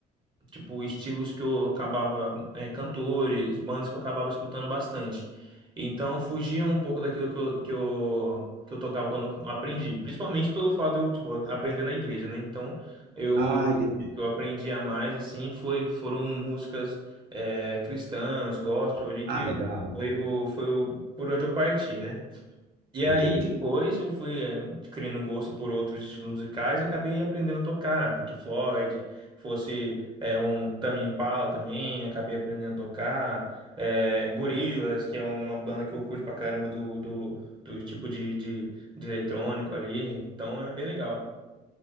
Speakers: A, on the right; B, on the right.
A: Tipo, estilos que eu acabava, é, cantores, bandas que eu acabava escutando bastante. Então, fugia um pouco daquilo que eu, que eu, que eu tocava quando eu aprendi. Principalmente pelo fato de eu, tipo, aprender na igreja, né? Então, eu,
B: Ah, entendi.
A: eu aprendia mais, assim, foi, foram músicas, é, cristãs, gospel ali, que
B: Ah, legal.
A: foi o, foi o, por onde eu parti, né? E
B: Entendi.
A: aí, depois eu fui eh, adquirindo gosto por outros estilos musicais e acabei aprendendo a tocar. Pink Floyd, fosse eh, um Tame Impala também, acabei aprendendo a tocar. Eh, Gorillaz, que é uma banda que eu curto pra caramba do, do, do tipo de, de, de eletrônico ali. Então é bem legal.